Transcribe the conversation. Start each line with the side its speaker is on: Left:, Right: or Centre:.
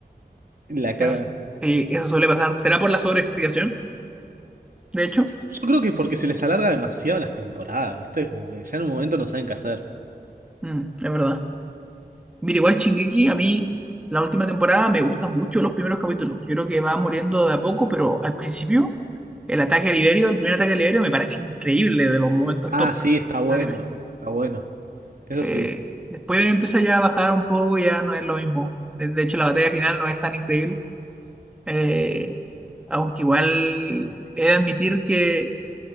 Right: La cagan.
Centre: Eso, eh, eso suele pasar. ¿Será por la sobreexplicación? De hecho,
Right: Yo creo que porque se les alarga demasiado las temporadas, ¿viste? Como que ya en un momento no saben qué hacer.
Centre: Mm, es verdad. Mira, igual Shingeki, a mí la última temporada me gustan mucho los primeros capítulos. Yo creo que va muriendo de a poco, pero al principio, el ataque a Liberio, el primer ataque a Liberio, me parece increíble de los momentos
Right: Ah,
Centre: top
Right: sí, está bueno,
Centre: del anime.
Right: está bueno. Eso
Centre: Eh,
Right: sí,
Centre: después empieza ya a bajar un poco, ya no es lo mismo. De de hecho, la batalla final no es tan increíble. eh, aunque igual he de admitir que